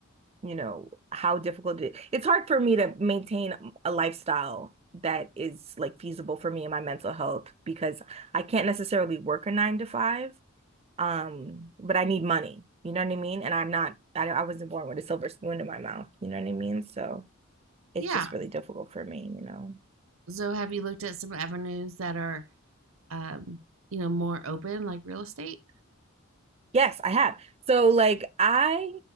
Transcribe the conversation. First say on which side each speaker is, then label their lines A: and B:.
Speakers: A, on the right (about 30°); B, on the right (about 70°).
A: you know, how difficult it is. it's hard for me to maintain a lifestyle that is like feasible for me and my mental health because I can't necessarily work a 9 to 5 um but I need money, you know what I mean? And I'm not I, I wasn't born with a silver spoon in my mouth, you know what I mean? So it's
B: Yeah.
A: just really difficult for me, you know.
B: So have you looked at some avenues that are um, you know, more open like real estate?
A: Yes, I have. So like I